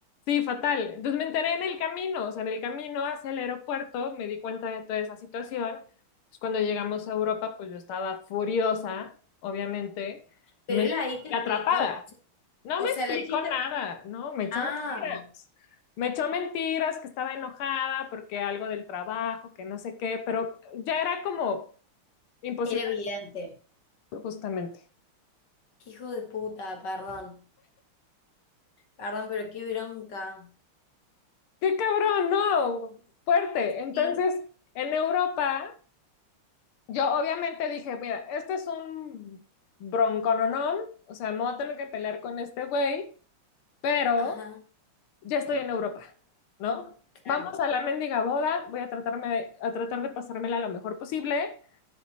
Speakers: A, on the left; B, on the left.
A: Sí, fatal. Entonces me enteré en el camino, o sea, en el camino hacia el aeropuerto me di cuenta de toda esa situación. Pues cuando llegamos a Europa, pues yo estaba furiosa, obviamente,
B: Pero
A: no y
B: él ahí te explicó,
A: atrapada.
B: o sea,
A: No
B: o
A: me
B: sea,
A: explicó
B: la chica.
A: nada, no, me echó
B: Ah,
A: mentiras. Me echó mentiras que estaba enojada porque algo del trabajo, que no sé qué, pero ya era como imposible
B: era evidente.
A: justamente.
B: Qué hijo de puta, perdón. Perdón, pero qué bronca.
A: ¡Qué cabrón! No, fuerte. Entonces,
B: Sí,
A: en Europa Yo obviamente dije, mira, este es un broncononón, o sea, me voy a tener que pelear con este güey, pero
B: Ajá,
A: ya estoy en Europa, ¿no?
B: claro,
A: Vamos a la mendiga boda, voy a tratarme, a tratar de pasármela lo mejor posible.